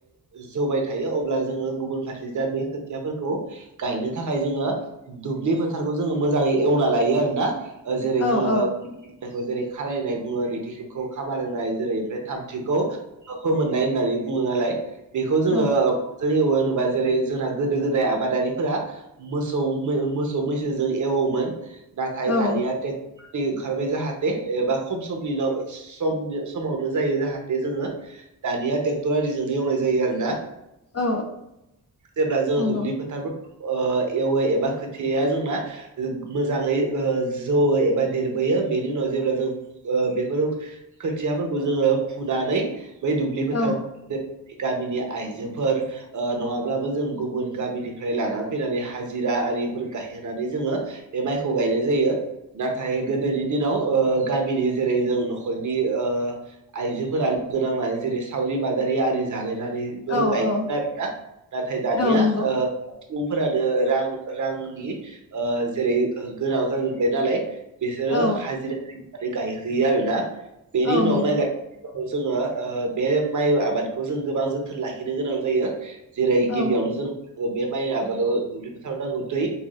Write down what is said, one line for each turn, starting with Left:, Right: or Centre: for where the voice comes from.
Right: जौबाय थायो अब्ला जोङो गुबुन फारसे जा बे खोथियाफोरखौ। गायनो थाखाय जोङो दुब्लि फोथारखौ जोङो मोजाङै। एवना लायो आरोना ओ जेरै
Left: औ
Right: जोङो। खौ जेरै खारनाय बुङो नैथि खामखौ खामार होनाय जेरै उफ्राय थामथिखौ ओ फोमोननाय होननानै बुङो नालाय बेखौ
Left: औ
Right: जोङो जों एवो होनोबा जेरै जोंना गोदो गोदाय आबादारिफोरा मोसौ मोसौ मैसोजों एवोमोन नाथाय
Left: औ
Right: दानिया ट्रेक्ट ओंखारबाय जाहाथे एबा खम समनि उनाव समनो समावनो जायो जाहाथे जोङो दानिया टेक्टर आरिजोंनो एवनाय जायो आरोना
Left: औ
Right: जेब्ला जोङो
Left: नंगौ
Right: दुबलि फोथार ओ एवो एबा खोथियाया जोंना मोजाङै ओ जौवो एबा देरबोयो बेनि उनाव जेब्ला जों ओ बेफोरो खोथियाफोरखौ जोङो फुनानै बै दुब्लि फोथार
Left: औ
Right: जे गामिनि आइजोफोर ओ नङाब्लाबो जों गुबुन गामिनिफ्राय लाना फैनानै हाजिरा आरिफोर गायहोनानै जोङो बे माइखौ गायनाय जायो नाथाय गोदोनि दिनाव ओ गामिनि जेरै जों न'खरनि ओ आइजोफोरा लोगोनांनानै जेरै सावरि बादारि आरि जालायनानैबो
Left: औ
Right: गायोमोन
Left: औ
Right: आरोना नाथाय दानिया
Left: औ नंगौ
Right: सुबुंफोरानो रां रांनि ओ जेरै गोनां जाजोबबाय नालाय बिसोरो
Left: औ
Right: हाजिरा होनानै गायहोयो आरोना बेनि
Left: औ
Right: उनाव
Left: नंगौ
Right: माइ गाय जोङो बे माइ आबादखौ जों गोबां जोथोन लाखिनो गोनां जायो जेरै
Left: औ
Right: गिबियावनो जों बे माइ आबादाव दुब्लि फोथाराव नांगौ दै